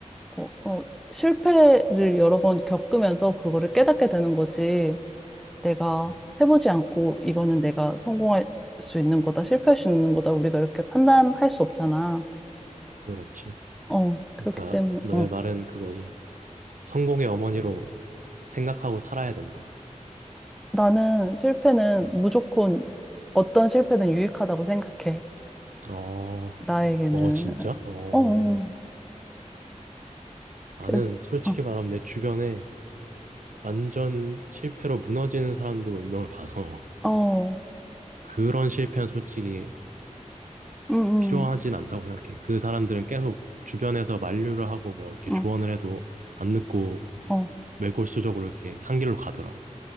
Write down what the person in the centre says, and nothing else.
어, 어, 실패를 여러 번 겪으면서 그거를 깨닫게 되는 거지. 내가
해보지 않고 이거는 내가 성공할 수 있는 거다, 실패할 수 있는 거다, 우리가 이렇게 판단할 수 없잖아.
어, 그렇기
때문에,
어.
나는 실패는
무조건 어떤 실패든 유익하다고 생각해.
나에게는.
어, 어.
그래서,
어,
어,
응,
응,
어, 어.